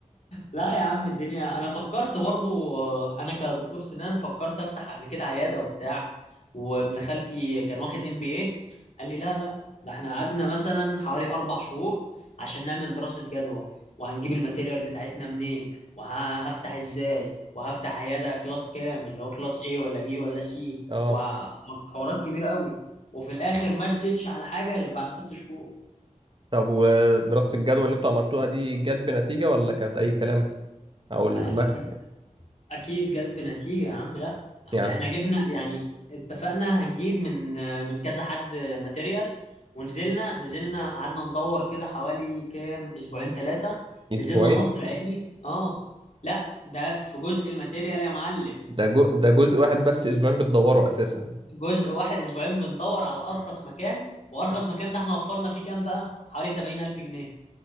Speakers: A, on the left; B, on the right.
A: لا يا عم الدنيا انا فكرت برضو آه، انا كدكتور سنان فكرت افتح قبل كده عياده وبتاع وابن خالتي كان واخد ام بي اي قال لي لا لا ده احنا قعدنا مثلا حوالي اربع شهور عشان نعمل دراسه جدوى وهنجيب الماتيريال بتاعتنا منين وهفتح ازاي وهفتح عياده كلاس كام اللي هو كلاس ايه ولا بي ولا سي
B: اه
A: وحوارات كبيره قوي وفي الاخر ما رستش على حاجه غير بعد ست شهور
B: طب ودراسة الجدوى اللي انتوا عملتوها دي جت بنتيجة ولا كانت اي كلام او المك
A: أه- اكيد اكيد جت بنتيجة يا عم لا
B: يعني
A: احنا جبنا يعني اتفقنا هنجيب من من كذا حد ماتيريال ونزلنا نزلنا قعدنا ندور كده حوالي كام اسبوعين ثلاثة
B: اسبوعين
A: نزلنا القصر العيني اه لا ده في جزء الماتيريال يا معلم
B: ده جو... ده جزء واحد بس اسبوعين بتدوره اساسا
A: جزء واحد اسبوعين بندور على ارخص مكان وارخص مكان ده احنا وفرنا فيه كام بقى حوالي 70000 جنيه